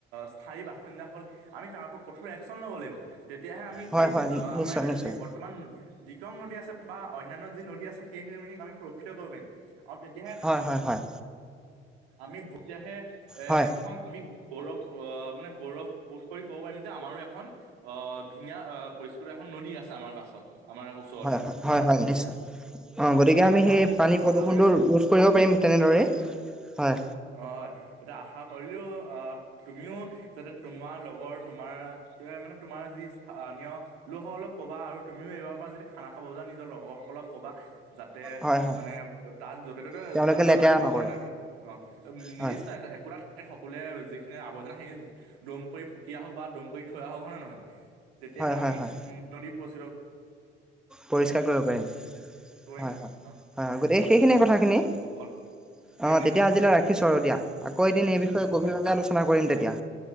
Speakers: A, on the right; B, in the centre.
A: স্থায়ী বাসিন্দা সকল আমি তাৰ কঠোৰ একশচন ল'ব লাগিব তেতিয়াহে আমি
B: হয়
A: সেই
B: হয় নিশ্চয়
A: আমাৰ এতিয়া
B: নিশ্চয়
A: যি বৰ্তমান দিকং নদী আছে বা অনান্য যি নদী আছে সেই মান আমি সুৰক্ষিত কৰিব পাৰিম। আৰু তেতিয়াহে
B: হয় হয় হয়
A: আমি ভ তেতিয়াহে এ
B: হয়
A: এখন আমি গৌৰৱ অ মানে গৌৰৱ বোধ কৰি ক'ব পাৰিম যে আমাৰো এখন অ ধুনীয়া পৰিস্কৃত এখন নদী আছে আমাৰ কাষত। আমাৰ আকৌ ওচৰতে
B: হয় হয়
A: হয়ে নহয়?
B: হয় নিশ্চয় অ গতিকে
A: আহ,
B: আমি
A: আৰু
B: সেই পানী
A: আশা
B: প্ৰদূ্ষণটো
A: কৰিও
B: ৰোধ কৰিব পাৰিম তেনেদৰে? হয়
A: অ এতিয়া আশা কৰিলো অ তুমিও যাতে তোমাৰ লগৰ তোমাৰ মানে তোমাৰ যি স্থানীয় লোকসকলক কবা আৰু তুমিও এইবাৰ পৰা যদি খানা খাব যা নিজৰ লগৰ সকলক কবা, যাতে
B: হয় হয়
A: মানে তাত যতে ত'তে
B: তেওঁলোকে
A: আহ
B: লেতেৰা
A: আৱৰ্জনা
B: নকৰে
A: নেপেলা অ নিৰ্দিষ্ট
B: হয়
A: এ একোৰা সকলোৱে যিখিনি আৱৰ্জনা সেইখিনি দম কৰি পুতিআহক বা দম কৰি থৈ আহক হয় নে নহয়? তেতিয়াহে
B: হয় হয়
A: আমি
B: হয়
A: উ নদী প্ৰচুৰ
B: পৰিষ্কাৰ কৰিব পাৰিম
A: কৰিম
B: হয় হয় হয়
A: অ,
B: হয় গোটেই সেইখিনিয়ে কথাখিনি
A: উম
B: অ
A: উম ক সেইখিনি
B: তেতিয়া আজিলৈ
A: হয় হয়
B: ৰাখিছো আৰু দিয়া আকৌ এদিন
A: উম
B: এই বিষয়ে
A: উম
B: গভীৰভাৱে
A: ৰাখিছো
B: আলোচনা কৰিম তেতিয়া।